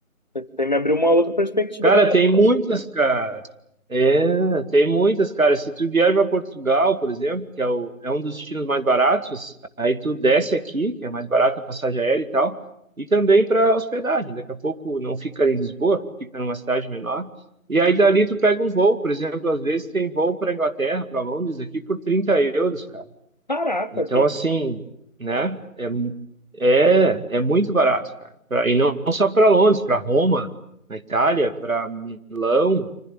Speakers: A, on the left (about 30°); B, on the right (about 70°).
A: Você me abriu uma outra perspectiva
B: Cara,
A: da nossa.
B: tem muitas, cara. É, tem muitas, cara. Se tu vier para Portugal, por exemplo, que é, o, é um dos destinos mais baratos, aí tu desce aqui, que é mais barato a passagem aérea e tal, e também para hospedagem. Daqui a pouco não fica em Lisboa, fica numa cidade menor. E aí dali tu pega um voo, por exemplo, às vezes tem voo para Inglaterra, para Londres aqui por 30 euros, cara.
A: Caraca,
B: Então,
A: que
B: assim, né? É, mu- é, é muito barato, cara. Pra- e não não só para Londres, para Roma, na Itália, para Milão,